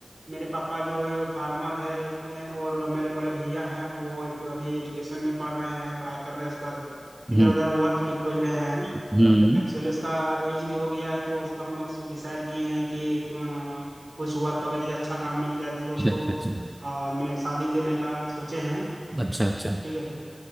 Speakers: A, on the right; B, on the right.
A: मेरे पापा जो है वो फार्मर है एक है, और मेरे बड़े भैया हैं वो एक अभी एजुकेशन में पढ़ रहे हैं पढ़ाई कर रहे हैं उसके बाद
B: हम्म
A: इधर उधर वर्क भी खोज रहे हैं
B: हम्म
A: एक्चुअली उसका एज भी हो गया है तो उसको हम लोग डिसाइड किए हैं कि अ, कुछ वर्क अगर जैसे अच्छा काम मिल जाए तो उसको
B: अच्छा अच्छा अच्छा
A: अ, मैं शादी देने का सोचे हैं
B: अच्छा अच्छा
A: ठीक है ना